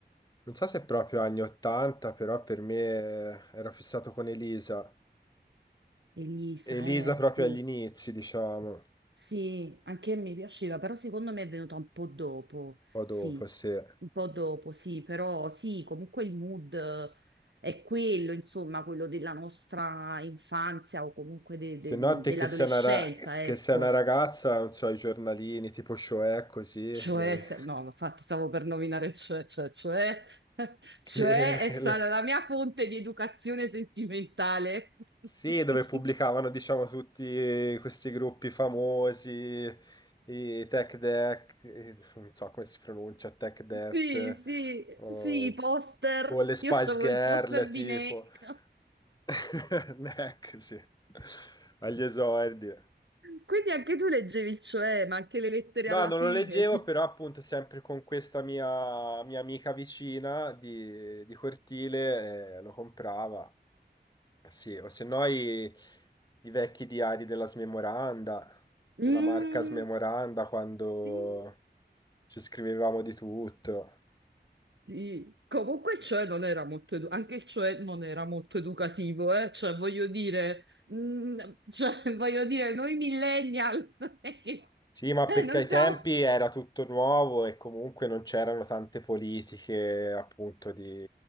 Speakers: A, on the left; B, on the right.
A: non so se proprio anni 80, però per me eh, ero fissato con Elisa.
B: Elisa,
A: Elisa
B: eh,
A: proprio
B: sì.
A: agli inizi, diciamo, un
B: Sì, anche a me piaceva, però secondo me è venuta un po' dopo,
A: po' dopo,
B: sì,
A: se...
B: un po' dopo, sì, però sì, comunque il mood eh, è quello, insomma, quello della nostra infanzia o comunque de-
A: Se
B: de-
A: no, te
B: dell'adolescenza,
A: che sei una, ra- che
B: ecco.
A: sei una ragazza, non so, i giornalini tipo Shoè, così,
B: Cioè,
A: li ave-
B: se- no, infatti stavo per nominare cioè, cioè, cioè, <laughs> cioè
A: <laughs> che
B: è stata
A: le-
B: la mia fonte di educazione sentimentale. <laughs>
A: Sì, dove pubblicavano, diciamo, tutti questi gruppi famosi, i Tech Deck, eh, non so come si pronuncia, Tech Death,
B: Sì, sì,
A: o,
B: sì, i poster.
A: o le Spice
B: Io avevo
A: Girl,
B: il poster
A: tipo.
B: di Neck.
A: <laughs> Neck, sì. Agli esordi.
B: Quindi anche tu leggevi il cioè, ma anche le lettere
A: No,
B: alla
A: non
B: fine.
A: lo leggevo,
B: ti-
A: però appunto sempre con questa mia, mia amica vicina di, di cortile, eh, lo comprava. Eh Sì, o se no i, i vecchi diari della smemoranda,
B: Mm,
A: della marca smemoranda, quando
B: sì,
A: ci scrivevamo di tutto.
B: sì. Comunque il cioè non era molto edu- anche il cioè non era molto educativo, eh? Cioè, voglio dire, mm, cioè, <laughs> voglio dire, noi millennial <laughs> eh,
A: Sì, ma perché
B: non
A: ai
B: siamo.
A: tempi era tutto nuovo e comunque non c'erano tante politiche, appunto, di